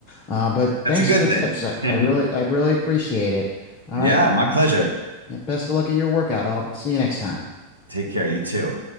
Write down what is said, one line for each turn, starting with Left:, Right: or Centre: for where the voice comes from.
Left: Uh, but
Right: That's
Left: thanks
Right: a good
Left: for the tips.
Right: thing.
Left: I,
Right: <laughs>
Left: I really I really appreciate it. All
Right: Yeah,
Left: right.
Right: my pleasure.
Left: Be- yeah, Best of luck at your workout. I'll see you next time.
Right: Take care. You too.